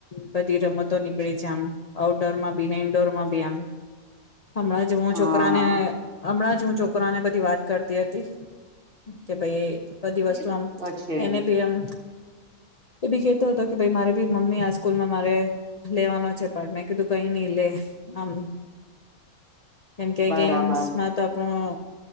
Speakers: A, on the left; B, on the right.
A: બધી રમતો નીકળી છે આમ આઉટડોર માં બી ને ઈન્ડોર માં બી આમ. હમણાં જ હું
B: હા
A: છોકરા ને હમણાં જ હું છોકરા ને બધીત કરત તી હતી કે ભાઈ બધી વસ્તુ
B: એ
A: આમ
B: તો છે
A: એને
B: જ
A: બી આમ એ બી કેતો હતો કે ભ મારે ભી મમ્મી આ સ્કૂલમાં મારે લેવાનો છેપાર્ટમે કીધું કઈ નહી લે આમ કેમ કે
B: બરાબર
A: ગેમ્સમાં તો તોા